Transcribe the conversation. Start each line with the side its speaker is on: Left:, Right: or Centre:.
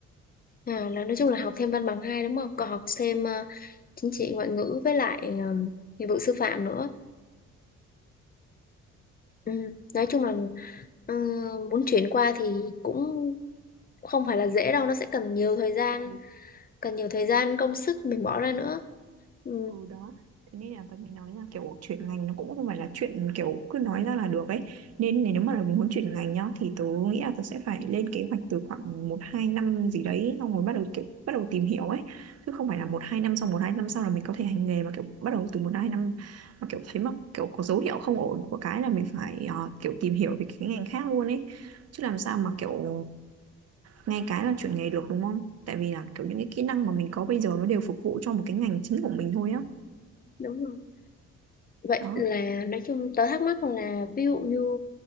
Left: à, là nói chung là học thêm văn bằng hai đúng không còn học thêm ờ, chính trị ngoại ngữ với lại ờ, nghiệp vụ sư phạm nữa ừ. nói chung là ờ, muốn chuyển qua thì cũng không phải là dễ đâu nó sẽ cần nhiều thời gian
Right: Ừ.
Left: cần nhiều thời gian công sức mình bỏ ra nữa ừ,
Right: ừ đó thế nên là tớ mới nói là kiểu chuyển ngành nó cũng không phải là chuyện kiểu cứ nói ra là được ấy nên nếu mà là muốn chuyển ngành nhá thì tớ nghĩ là tớ sẽ phải lên kế hoạch từ khoảng một hai năm gì đấy xong rồi bắt đầu kiểu bắt đầu tìm hiểu ấy chứ không phải là một hai năm xong một hai năm sau là mình có thể hành nghề mà kiểu bắt đầu từ một hai năm mà kiểu thấy mà kiểu có dấu hiệu không ổn của cái là mình phải ờ, kiểu tìm hiểu về cái ngành khác luôn ấy chứ làm sao mà kiểu ngay cái là chuyển nghề được đúng không tại vì là kiểu những cái kỹ năng mà mình có bây giờ nó đều phục vụ cho một cái ngành chính của mình thôi á
Left: đúng rồi vậy
Right: đó
Left: là nói chung tớ thắc mắc là ví dụ như